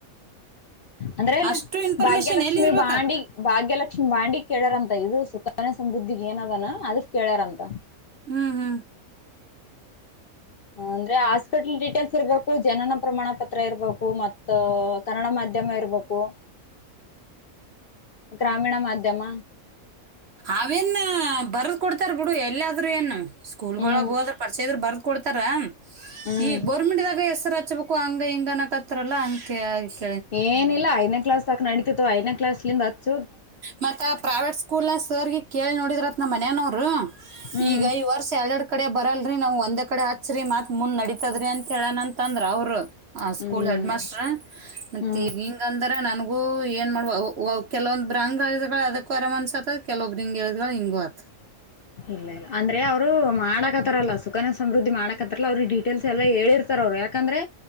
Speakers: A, on the left; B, on the right.
A: ಅಂದ್ರೆಲ್ಲ
B: ಅಷ್ಟು ಇನ್ಫಾರ್ಮೇಶನ್
A: ಭಾಗ್ಯಲಕ್ಷ್ಮಿ
B: ಎಲ್ಲಿ ಇರ್ಬೇಕ
A: ಬಾಂಡ್ಗ್ ಭಾಗ್ಯಲಕ್ಷ್ಮ ಬಾಂಡ್ ಗೆ ಕೇಳ್ಯಾರಂತ ಇದು ಸುಖ ನ್ಯ ಸಮೃದ್ಧಿಗೆ ಏನ ಅದನ ಅದಕ್ ಕೇಳ್ಯಾರಂತ
B: ಹ್ಮ್ ಹ್ಮ್
A: ಅಂದ್ರೆ ಹಾಸ್ಪಿಟಲ್ ಡೀಟೇಲ್ಸ್ ಇರ್ಬೇಕು ಜನನ ಪ್ರಮಾಣ ಪತ್ರ ಇರ್ಬೇಕು ಮತ್ತ ಕನ್ನಡ ಮಾಧ್ಯಮ ಇರ್ಬೇಕು ಗ್ರಾಮೀಣ ಮಾಧ್ ಧ್ಯಮ
B: ಅವೇನ್ ಬರ್ದ್ ಕೊಡ್ತಾರ್ ಬಿಡು ಎಲ್ಲಾದ್ರೂ ಏನು ಸ್ಕೂಲ್
A: ಹ್ಮ್
B: ಒಳಗ್ ಹೋದ್ರ ಪರಿಚಯ ಇದ್ರೆ ಬರ್ದ್ ಕೊಡ್ ಕೊಡ್ತಾರ
A: ಹ್ಮ್
B: ಈಗ್ ಗವರ್ನಮೆಂಟ್ದಗೆ ಹೆಸ್ರ ಹಚ್ಬೇಕು ಹಂಗ ಹಿಂಗನಕತ್ರಲ್ಲ ಅದಕ್ಕೆ ಶ್
A: ಏನಿಲ್ಲ ಐದನೇ ಕ್ಲಾಸ್ ತಕ್ ನಡಿತೆತ್ ಐದನೇ ಕ್ಲಾಸಿಂದ ಹಚ್ಚ
B: ಮತ್ತ ಆ ಪ್ರೈವೇಟ್ ಸ್ಕೂಲ್ ಸರ್ ಕೇಳಿ ನೋಡಿದ್ರತ್ ನಮ್ಮ ಮನೆನವ್ರು
A: ಹ್ಮ್
B: ಈಗ ಈ ವರ್ಷ ಎಡ್ ಎಡ್ ಕಡೆ ಬರಲ್ರರಿ ನಾವವು ಒಂದೇ ಕಡೆ ಹಚ್ಚ್ರರಿ ಮತ್ ಮುಂದ್ ನಡಿತತದ್ರಿ ಅಂತ ಹೇಳನ ಅಂತ ಅಂದ್ರ ಅವರು ಹ
A: ಹ್ಮ್
B: ಸ್ಕೂಲ್ ಹೆಡ್ ಮಾಸ್ಟರ್ ಮತ್ತ
A: ಹ್ಮ್
B: ಹಿಂಗ ಅಂದ್ರ ನನ್ ಏನ್ ಮಾಡುವ ಕೆಲವೊಂದು ಬ್ರಂಗಳಿದಗಳು ಅದಕ್ಕೂ ಅರಾಮ ಅನ್ಸತ್ತತ್ ಕೆಲೊಬ್ರಿಂಗ್ಳಿದ್ಗಳು ಹಿಂಗತ್
A: ಇಲ್ಲ ಇಲ್ಲ ಅಂದ್ರೆ ಅವ್ರು ಮಾಡಕತಾರಲ್ಲ ಸುಖನ ಸಮೃದ್ಧಿ ಮಾಡಕತ್ತಲ್ಲ ಅವ್ರಿಗೆ ಡೀಟೇಲ್ಸ್ ಎಲ್ಲಾ ಹೇಳಿರ್ತಾರ ಅವ್ರು ಯಾಕಂದ್ರೆ